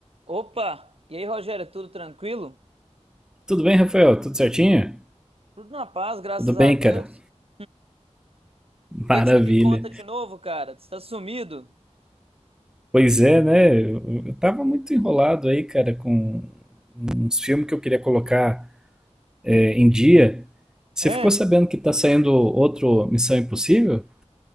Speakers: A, on the right (about 55°); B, in the centre.
A: Opa! E aí, Rogério, tudo tranquilo?
B: Tudo bem, Rafael? Tudo certinho?
A: Tudo na paz, graças
B: Tudo bem,
A: a Deus.
B: cara.
A: O que
B: Maravilha.
A: que você me conta de novo, cara? Você tá sumido?
B: Pois é, né? Eu eu tava muito enrolado aí, cara, com uns filmes que eu queria colocar é, em dia. Você
A: É,
B: ficou sabendo que tá saindo outro Missão Impossível?